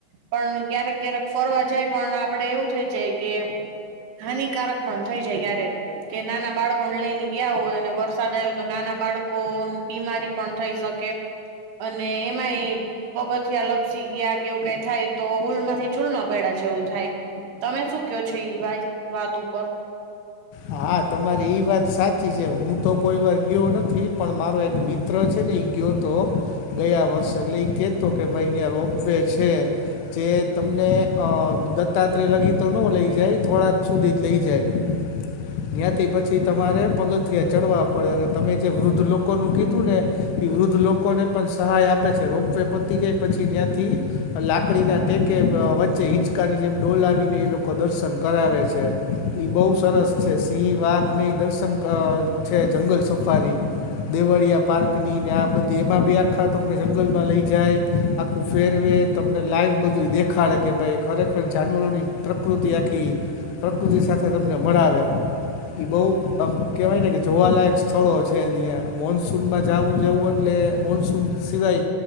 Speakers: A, on the right; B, on the left.
A: પણ ક્યારેક ક્યારેક ફરવા જાય પણ આપડે એવું થઈ જાય કે હાનિકારક પણ થઈ જાય ક્યારે કે નાના બાળકોને લઈને ગયા હોય અને વરસાદ આવ્યો તો નાના બાળકો ન બીમારી પણ થઈ શકે અને એમાં એ પગથિયા લપસી ગયા કેવું કઈ થાય તો ઉલમાંથી ચૂલમાં પડા જેવું થાય તમે શું કયો છો એ વા વાત ઉપર
B: હા તમારી એ વાત સાચી છે હું તો કોઈ વાર ગયો નથી પણ મારો એક મિત્ર છે ને એ ગયો તો ગયા વર્ષ લઈ કે તો કે ભાઈ અહીંયા રોપવેે છે જે તમને અ દત્તાત્રેય લગી તો નો લઈ જાય થોડાક સુધી જ લઈ જાય જ્ઞાતિ પછી તમારે પગથીયા ચડવા પડે અને તમે જે વૃદ્ધ લોકોનું કીધું ને એ વૃદ્ધ લોકોને પણ સહાય આપે છે રોપ વે પતી જાય પછી ત્યાંથી લાકડીના કે કે વચ્ચે હિચકાની જેમ ડોલ આવીને એ લોકો દર્શન કરાવે છે એ બહુ સરસ છે સિંહ વાઘની દર્શન છે જંગલ સફારી દેવળિયા પાર્ક ની ને આ બધી એમાં બી આખા તમને જંગલ માં લઈ જાય આ આખું ફેરવે તમને લાઈવ બધું દેખાડે કે ભાઈ ખરેખર જાનવરોની પ્રકૃતિ આખી પ્રકૃતિ સાથે તમને મળાવે. બહુ આમ કેવાય ને કે જોવાલાયક સ્થળો છે અહિયા મોનસૂનમાં જાવું જેવું એટલે મોનસૂન સિવાય